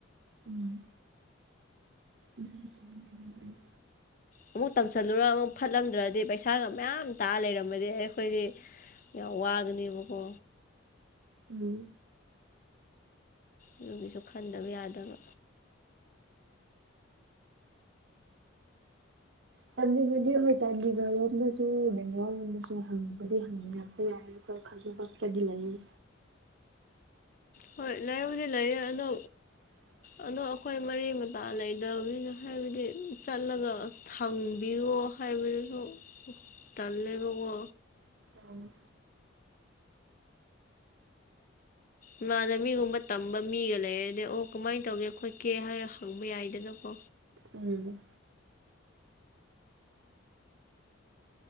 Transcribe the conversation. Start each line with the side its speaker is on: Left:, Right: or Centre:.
Right: ꯎꯝ ꯑꯗꯨ
Left: ꯑꯃꯨꯛ ꯇꯝꯁꯜꯂꯨꯔ ꯑꯃꯨꯛ ꯐꯠꯂꯝꯗ꯭ꯔꯗꯤ ꯄꯩꯁꯥꯒ ꯃꯌꯥꯝ ꯇꯥꯑ ꯂꯩꯔꯝꯃꯗꯤ ꯑꯩꯈꯣꯏꯗꯤ ꯌꯥ ꯋꯥꯒꯅꯤꯕꯀꯣ
Right: ꯎꯝ
Left: ꯑꯗꯨꯒꯤꯁꯨ ꯈꯟꯗꯕ ꯌꯥꯗꯕ
Right: ꯆꯥꯟꯗꯤꯒꯗꯤ ꯍꯣꯏ ꯆꯥꯟꯗꯤꯒꯔꯔꯣꯝꯗꯁꯨ ꯕꯦꯡꯒꯣꯔꯜꯔꯣꯝꯗꯁꯨ ꯍꯪꯕꯗꯤ ꯍꯪꯕꯤꯔꯛꯄ ꯌꯥꯏ ꯈꯪ ꯀꯗꯤ ꯂꯥꯏꯅꯤ
Left: ꯍꯣꯏ ꯂꯥꯏ ꯃꯗꯤꯦ ꯂꯥꯏ ꯑꯅ
Right: <unintelligible>
Left: ꯑꯗꯣ ꯑꯩꯈꯣꯏ ꯃꯔꯤ ꯃꯇꯥ ꯂꯩꯗꯕꯅꯤꯅ ꯍꯥꯏꯕꯗꯤ ꯆꯠꯂꯒ ꯊꯪꯕꯤꯌꯣ ꯈꯥꯏ ꯇꯥꯟ ꯂꯩꯕꯀꯣ
Right: ꯎꯝ
Left: ꯏꯃꯥꯅ ꯃꯤꯒꯨꯝꯕ ꯇꯝꯕ ꯃꯤꯒ ꯂꯩꯔꯗꯤ ꯑꯣ ꯀꯃꯥꯏꯅ ꯇꯧꯒꯦ ꯈꯣꯠꯀꯦ ꯍꯥꯏ ꯍꯪꯕ ꯌꯥꯏꯗꯅꯀꯣ
Right: ꯎꯝ